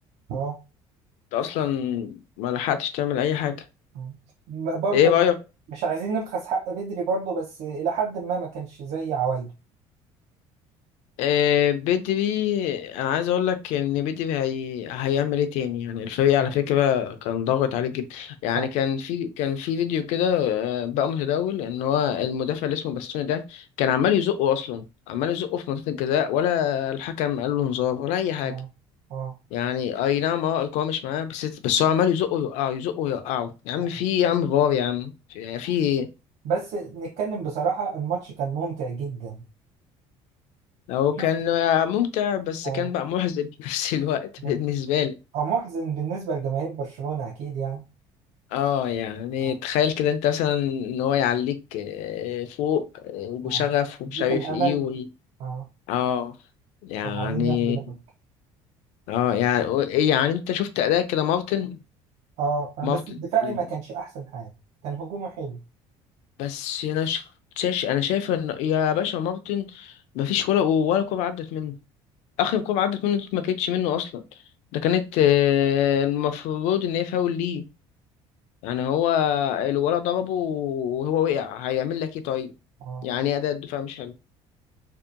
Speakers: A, on the right; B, on the left.
A: اه
B: انت اصلا ما لحقتش تعمل اي حاجه
A: آه. م- برضه
B: ايه رايك
A: مش عايزين نبخس حق بدري برضه بس الى حد ما ما كانش زي عوايده
B: آه بدري انا عايز اقول لك ان بدري هي... هيعمل ايه تاني يعني الفريق على
A: آه.
B: فكره كان ضاغط عليه جدا
A: صح
B: يعني كان في كان في فيديو كده آه، بقى متداول ان هو المدافع اللي اسمه باستوني ده كان عمال يزقه اصلا عمال يزقه في منطقه الجزاء ولا الحكم قال له انذار ولا اي حاجه
A: اه اه
B: يعني اي نعم اه القوه مش معاه بس بس هو عمال يزقه يوقعه يزقه يوقعه يا عم
A: آه.
B: في يا عم فار يا عم في يعني في
A: آه.
B: إيه؟
A: بس نتكلم بصراحة الماتش كان ممتع جدا
B: هو كان
A: شفت
B: ممتع بس
A: اه
B: كان بقى محزن في نفس الوقت
A: آه.
B: بالنسبة لي
A: هو محزن بالنسبة لجماهير برشلونة أكيد يعني
B: اه يعني
A: آه،
B: تخيل كده انت مثلا ان هو يعليك آه، فوق آه،
A: آه.
B: وشغف ومش
A: يديك
B: عارف
A: الأمل
B: ايه و...
A: اه
B: اه يعني
A: وبعدين ياخدوا منك
B: اه يعني يعني انت شفت اداء كده مارتن
A: اه
B: مارتن
A: بس الدفاعي
B: ال-
A: ما كانش أحسن حاجة كان هجومه حلو
B: بس انا ش- شاش انا شايف ان يا باشا مارتن مفيش ولا ولا كوره عدت منه اخر كوره عدت منه دي ما كانتش منه اصلا ده كانت آه، المفروض ان هي فاول ليه يعني هو الولد ضربه وهو وقع هيعمل لك ايه طيب
A: اه
B: يعني ايه اداء الدفاع مش حلو